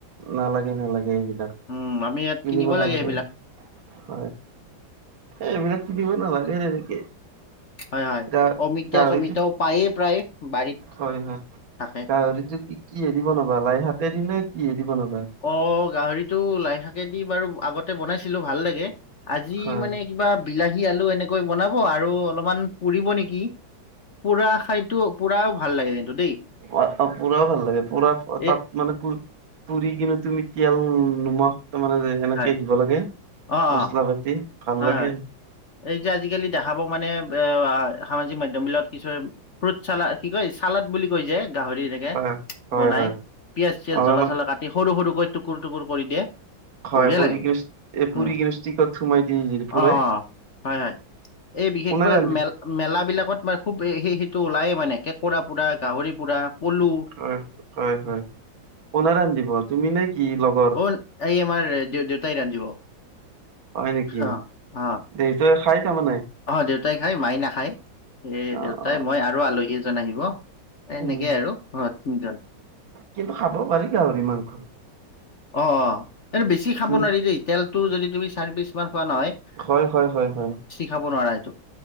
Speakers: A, on the right; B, on the left.
A: নালাগে নালাগে এইবিলাক
B: উম আমি ইয়াত
A: কিনিব নালাগে।
B: লাগে সেইবিলাক
A: হয়, এইবিলাক কিনিব নালাগে তেনেকে!
B: হয়, হয়।
A: গা
B: অমিতা
A: গাহৰিটো
B: চমিতাও পায়ে প্ৰায় বাৰীত।
A: হয়, হয়।
B: থাকে
A: গাহৰিটো কি কিহেদি বনাবা লাইশাকেদি নে কিহেদি বনাবা?
B: অ গাহৰিটো লাইশাকেদি বাৰু আগতে বনাইছিলো ভাল লাগে, আজি
A: হয়
B: মানে - কিবা বিলাহী আলু এনেকৈ বনাব, আৰু অলপমান পুৰিব নেকি? পুৰা খাইতো পুৰাও ভাল লাগে কিন্তু দেই।
A: অ অ পুৰাও ভাল লাগে, পুৰা
B: এ
A: তাত মানে পুৰ - পুৰি কিনে তুমি তেল নিমখ - তাৰ মানে
B: হয়
A: হেনেকে
B: হয়
A: দিব লাগে
B: অ', অ',
A: মচলা পাতি ভাল
B: হয়
A: লাগে।
B: হয় এই যে আজিকালি দেখাব মানে এ সামাজিক মাধ্যমত বিলাকত কিছুমান - ফ্ৰুট চাল কি কয় চালাড বুলি কয় যে গাহৰি - তেনেকে
A: হয় হয়
B: বনাই
A: হয়
B: পিয়াজ চিয়াজ জ্বলা
A: অ
B: চলা কাটি সৰু সৰুকৈ টুকুৰ টুকুৰ কৰি দিয়ে -
A: হয়
B: বঢ়িয়া
A: কৰি
B: লাগে একদম,
A: কিনে এ পুৰি
B: উম
A: কিনে ষ্টিকত সোমাই দি জেল পুৰে
B: অ অ হয় হয়। এই বিশেষকৈ
A: কোনে ৰান্ধিব
B: মেল - মেলা বিলাকত মানে খুব সেই সেইটো ওলায়ে মানে কেঁকোৰা পুৰা, গাহৰি পুৰা, পলু -
A: হয় হয়, হয়। কোনে ৰান্ধিব তুমি নে কি ল -
B: অ এই আমাৰ দেউতাই ৰান্ধিব।
A: হয় নেকি?
B: অ অ
A: দেউতাই খাই তাৰমান নে?
B: অ দেউতাই খাই মাই নাখায়, এই
A: অ
B: দেউতাই
A: অ
B: মই আৰু আলহী এজন আহিব। এনেকেই
A: উম
B: আৰু ঘৰত তিনজন।
A: কিন্তু খাব পাৰি গাহৰি মাংস।
B: অ অ অ, এইটো বেছি খাব
A: কি
B: নোৱাৰি দেই তেলটো যদি তুমি চাৰি পিছ মান খোৱা নহয় -
A: হয় হয় হয় হয়।
B: খাব নোৱাৰা এইটো।